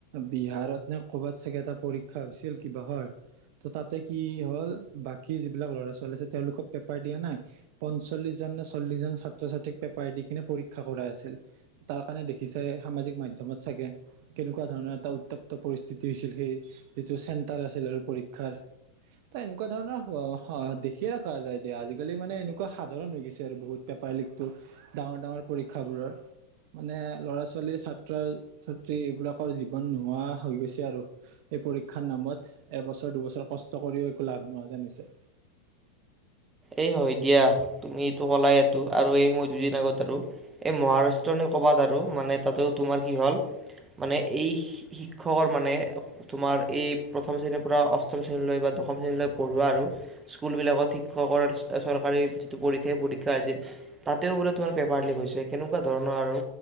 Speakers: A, on the right; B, on the right.
A: বিহাৰত নে কৰ'বাত চাগে এটা পৰীক্ষা হৈছিল কিবা হয় ত' তাতে কি হ'ল বাকী যিবিলাক ল'ৰা-ছোৱালী আছে তেওঁলোকক পেপাৰ দিয়া নাই। পঞ্চল্লিশজন নে চল্লিশ জন ছাত্ৰ-ছাত্ৰীক পেপাৰ দি কিনে পৰীক্ষা কৰাই আছিল। তাৰ কাৰণে দেখিছাই সামাজিক মাধ্যমত চাগে। কেনেকুৱা ধৰণৰ এটা উত্তাপ্ত পৰিস্থিতি হৈছিল সেই যিটো চেণ্টাৰ আছিল আৰু পৰীক্ষাৰ। ত এনেকুৱা ধৰণৰ দেখিয়ে থকা যায় দিয়া, আজিকালি মানে এনেকুৱা সাধাৰণ হৈ গৈছে আৰু বহুত। পেপাৰ লিকটো ডাঙৰ ডাঙৰ পৰীক্ষাবোৰৰ। মানে ল'ৰা-ছোৱালীৰ, ছাত্ৰ-ছাত্ৰী এইবিলাকৰ জীৱন নোহোৱা হৈ গৈছে আৰু। এই পৰীক্ষাৰ নামত এবছৰ দুবছৰ কষ্ট কৰিও একো লাভ নোহোৱা যেন হৈছে।
B: এই হয় দিয়া, তুমি এইটো কলা এইটো আৰু এই মই দুদিন আগত আৰু এই মহাৰাষ্ট্ৰ নে ক'বাত আৰু মানে তাতেও তোমাৰ কি হ'ল মানে এই শিক্ষকৰ মানে তোমাৰ এই প্ৰথম শ্ৰেণীৰ পৰা অষ্টম শ্ৰেণীলৈ বা দশম শ্ৰেণীলৈ পঢ়োৱা আৰু স্কুলবিলাকত শিক্ষ <unintelligible> চৰকাৰি যিটো পৰিক্ষাই পৰিক্ষাৰ আছিল। তাতেও বোলে, তোমাৰ পেপাৰ লিক হৈছে, কেনেকুৱা ধৰণৰ আৰু